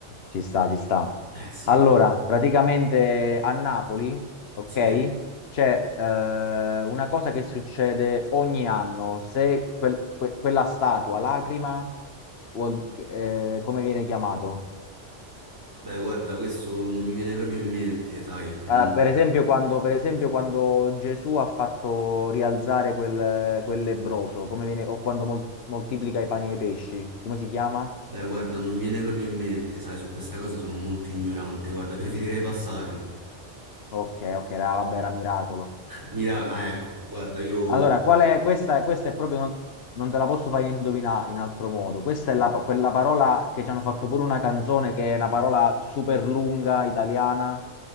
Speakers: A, on the left; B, on the right.
A: ci sta, ci sta.
B: Eh sì,
A: Allora,
B: eh.
A: praticamente a Napoli, ok,
B: sì. eh.
A: c'è eh, una cosa che succede ogni anno. Se quel- que- quella statua, lacrima, vuol- eh, come viene chiamato?
B: Beh, guarda, questo non mi viene proprio in mente, sai, non...
A: Ah, per esempio, quando, per esempio, quando Gesù ha fatto rialzare quel, quel lebbroso, come viene, o quando mol- moltiplica i pani e i pesci, come si chiama?
B: Beh, guarda, non mi viene proprio in mente, sai, su questa cosa sono molto ignorante, guarda, preferirei passarlo.
A: Ok, ok, era, vabbè, era miracolo.
B: Mira... Ah, ecco, guarda, io
A: Allora, qual è, questa, questa è proprio, non, non te la posso fare indovinare in altro modo. Questa è la, quella parola che ci hanno fatto pure una canzone, che è una parola super lunga, italiana.